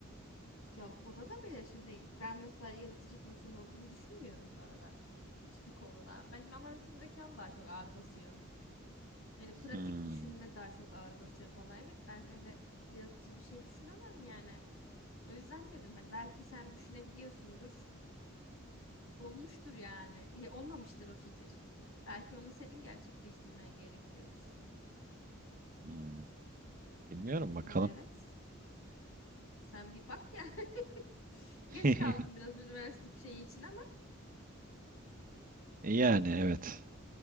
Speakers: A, on the left; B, on the right.
A: Ya ona da belirşimdeyim. Ben mesela yaratıcı bir insan olduğumu düşünmüyorum bu arada. Hiçbir konuda. Benim analitik zekam daha çok ağır basıyor. Yani pratik
B: Hmm.
A: düşünme daha çok ağır basıyor bana. Evet ben öyle yaratıcı bir şey düşünemem yani. O yüzden dedim hani belki sen düşünebiliyorsundur. Olmuştur yani. Ya, olmamıştır o fikir. Belki onu senin gerçekleştirmen gerekiyordur.
B: Hmm. Bilmiyorum
A: Hmm,
B: bakalım.
A: Evet. Sen bir bak ya. <laughs>
B: <laughs>
A: Geç kaldım biraz üniversite bir şeyi için ama
B: Yani evet.